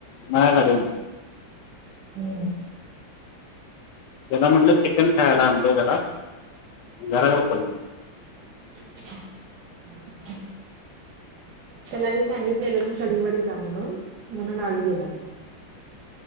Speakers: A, on the left; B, on the right.
A: माझ्या गाडी वरण,
B: हम्म,
A: त्याला म्हटलं, चिकन खायला आणलो, घरा घराकडे चल,
B: <unintelligible> त्याला मी सांगितलेलो तू शनिवारी जा म्हणून, म्हणून आज गेला तो,